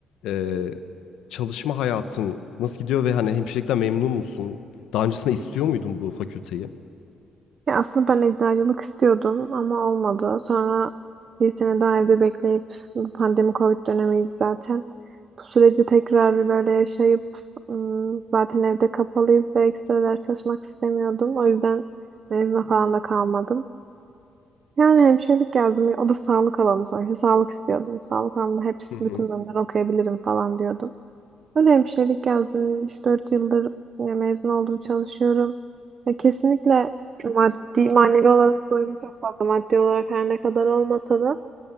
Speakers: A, on the left (about 85°); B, on the right (about 50°).
A: e, çalışma hayatın nasıl gidiyor ve hani hemşirelikten memnun musun? Daha öncesinde istiyor muydun bu fakülteyi?
B: Ya aslında ben eczacılık istiyordum ama olmadı. Sonra bir sene daha evde bekleyip bu pandemi Covid dönemiydi zaten. Bu süreci tekrar bir böyle yaşayıp ım, zaten evde kapalıyız ve ekstra ders çalışmak istemiyordum. O yüzden mezuna falan da kalmadım. Yani hemşirelik yazdım. O da sağlık alanı sonuçta. Sağlık istiyordum. Sağlık alanında hepsi
A: Hı hı.
B: bütün bölümleri okuyabilirim falan diyordum. Ben hemşirelik yazdım. üç dört yıldır ya mezun oldum, çalışıyorum. Ya kesinlikle maddi, manevi olarak doyum çok fazla. Maddi olarak her ne kadar olmasa da.